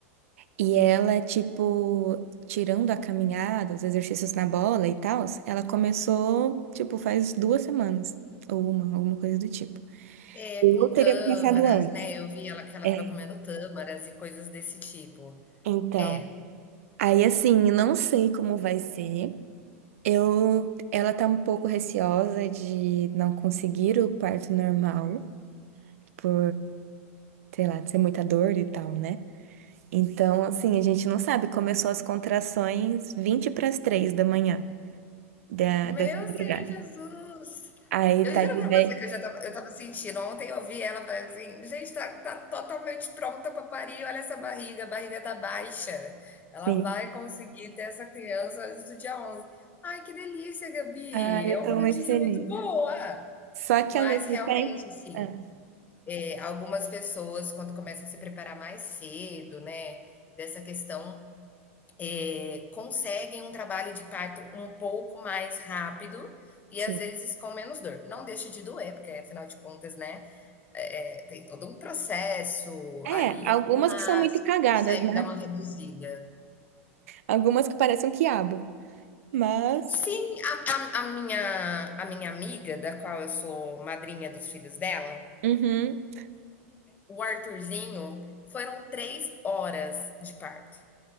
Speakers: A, on the right; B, on the left.
A: E ela, tipo, tirando a caminhada, os exercícios na bola e tal, ela começou, tipo, faz duas semanas, ou uma, alguma coisa do tipo.
B: É,
A: Eu
B: com
A: teria
B: tâmaras,
A: começado antes.
B: né, eu vi ela que ela
A: É,
B: estava comendo tâmaras e coisas desse tipo.
A: então.
B: É.
A: Aí, assim, não sei como vai ser. Eu, ela tá um pouco receosa de não conseguir o parto normal, por, sei lá, ser muita dor e tal, né? Então, assim, a gente não sabe. Começou as contrações 20 para as 3 da manhã da,
B: Meu
A: dessa madrugada.
B: Senhor Jesus!
A: Aí
B: Eu
A: tá
B: juro
A: de
B: pra você
A: 10.
B: que eu já estava eu estava sentindo, ontem eu vi ela, falei assim: "Gente, tá tá totalmente pronta pra parir, olha essa barriga, a barriga tá baixa, ela
A: Sim.
B: vai conseguir ter essa criança antes do dia onze Ai, que delícia, Gabi,
A: Ah, eu
B: é uma
A: tô
B: notícia
A: muito feliz.
B: muito boa.
A: Só que
B: Mas
A: ao mesmo
B: realmente,
A: tempo.
B: sim
A: Ah,
B: É, algumas pessoas, quando começam a se preparar mais cedo, né, dessa questão, é, conseguem um trabalho de parto um pouco mais rápido e
A: sim.
B: às vezes com menos dor. Não deixa de doer, porque afinal de contas, né, é, é, tem todo um processo
A: É,
B: ali,
A: algumas
B: mas
A: que são muito cagadas,
B: consegue
A: né?
B: dar uma reduzida.
A: Algumas que parecem um quiabo. Mas.
B: Sim, a, a- a minha, a minha amiga, da qual eu sou madrinha dos filhos dela,
A: Uhum.
B: o Arthurzinho, foram três horas de parto.